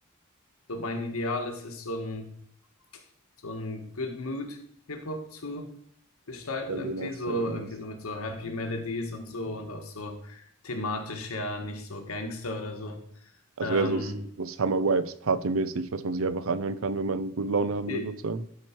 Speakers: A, on the left; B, on the right.
A: so mein Ideal ist es so ein so ein Good Mood Hip-Hop zu gestalten
B: Sehr
A: irgendwie
B: nice,
A: so
B: sehr nice.
A: irgendwie so mit so Happy Melodies und so und auch so thematisch ja nicht so Gangster oder so.
B: Also
A: Ähm,
B: eher so, so Summer-Vibes, partymäßig, was man sich einfach anhören kann, wenn man gute Laune haben
A: i-
B: will, sozusagen.